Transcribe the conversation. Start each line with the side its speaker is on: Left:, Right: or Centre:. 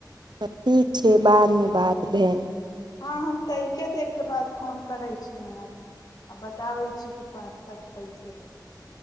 Right: तऽ ठीक छै बादमे बाद भेल
Left: हँ हम तऽ एके देरके बाद फोन करै छी अहाँके आ बताबै छी कि पास्ता कैसे बनत